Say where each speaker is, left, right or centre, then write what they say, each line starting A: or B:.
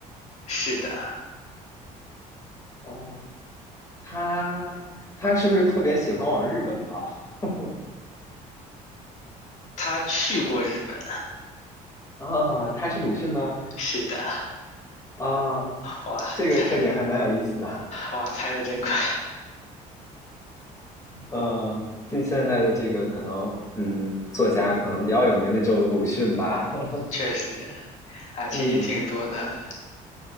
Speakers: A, on the left; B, on the left.
A: 是的，
B: 哦，他他是不是特别喜欢往日本跑？<laughs>
A: 他去过日本。
B: 啊，他是鲁迅吗？
A: 是的，
B: 啊，
A: 哇，
B: 这个特点还蛮有意思的。
A: 猜，哇，猜的真快。
B: 嗯，近现代的这个可能，嗯，作家可能比较有名的就鲁迅吧。<laughs>
A: 确实，啊，其实挺多的，
B: 嗯，